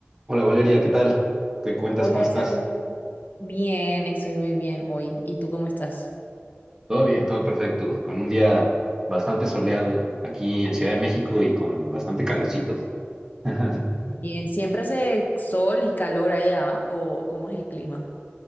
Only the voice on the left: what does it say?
Hola,
Isabel. Bien, estoy muy bien hoy. ¿Y tú cómo estás?
Bien, ¿siempre hace sol y calor allá o, o cómo es el clima?